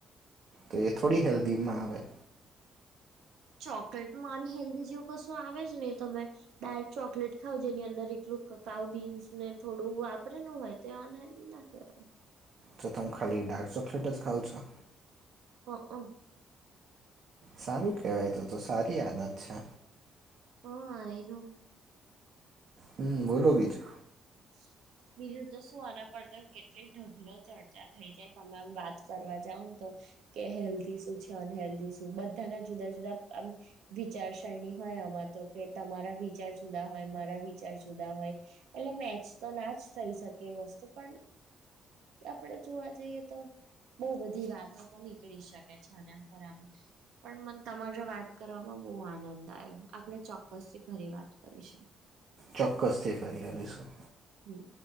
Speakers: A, on the right (about 60°); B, on the right (about 80°).
A: તે થોડી હેલ્ધીમાં આવે.
B: ચોકલેટમાંન હેન્દી જેવું કશું આવે જ નહી તમે. ડાય્ક ચોકલેટ ખાવ જેની અંદર એકલું કકાઉ બીન્સ ને થોડું વાપરેલું હોય. તે અનહેલ્ધ ના કવાય.
A: તો તમે ખાલી ડાર્ક ચોકલેટ જ ખાવ છો?
B: હક.
A: સારું કહેવાય તો તો સારી આદત છે.
B: હા આઈ નો.
A: હમ્મ, બોલો બીજું.
B: જ બીજું તો શું આના પડ તો કેટલી ઢગલો ચર્ચા થઈ જાય તમે આમ વાત કરવા જાવ ને તો. કે હેલ્ધી શું છે, અનહેલ્ધી શું બધાના જુદા જુદા આમ વિચારસરણી હોય આમાં તો કે તમારા વિચાર જુદા હોય, મારા વિચાર જુદા હોય એટલે મે ચ તો ના જ થઈ શકે એ વસ્તુ પણ આપણે જોવા જઈએ તો બવ બધી વાતો તો નીકળી શકે છે આના પર આમ. પણ મને તમાજો વાત કરવામાં બહુ આનંદ આયો આપણે ચોક્કસ થી ફરી વાત કરીશું.
A: ચોક્કસથી ફરી કરીશું.
B: હમ્મ.